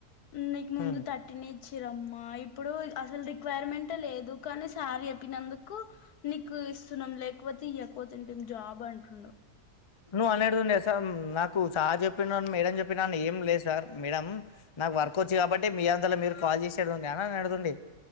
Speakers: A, on the left; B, on the left.
A: నీకు ముందు
B: ఉమ్
A: థర్టీన్ ఇచ్చిరమ్మా ఇప్పుడు అసలు రిక్వైర్మెంట్ లేదు కానీ సార్ చెప్పినందుకు నీకు ఇస్తున్నాం లేకపోతే ఇక తంటే జాబ్ అంటుండు
B: నువ్ అన్నెడు దడి వస్త నాకు చహా చెప్పిన మేడం చెప్పినా ఏం లేదు సార్ మేడం నాకు వర్క్ వచ్చి కాబట్టి మీ అంతలా మీరు కాల్ చేసేడుడి అనా అడదండి